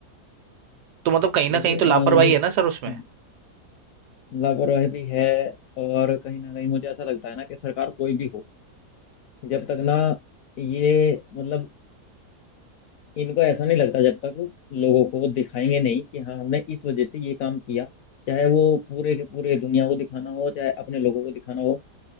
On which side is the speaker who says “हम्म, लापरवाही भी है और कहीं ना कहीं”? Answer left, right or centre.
Left